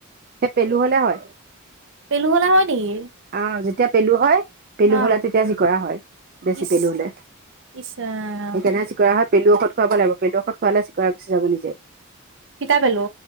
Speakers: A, on the right (about 45°); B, on the right (about 60°).
A: সেই পেলু হলে হয়
B: পেলু হলে হয় নেকি?
A: অ, যেতিয়া পেলু হয় পেলু
B: অ'
A: হ'লে তেতিয়া চিকৰা হয়। বেছি
B: ইচ
A: পেলু হ'লে
B: ইচ ৰাম
A: সেইকাৰণে চিকৰা হয়। পেলু ঔষধ খুৱাব লাগিব, পেলু ঔষধ খোৱালে চিকৰা গুচি যাব নিজে।
B: ফিটা পেলু।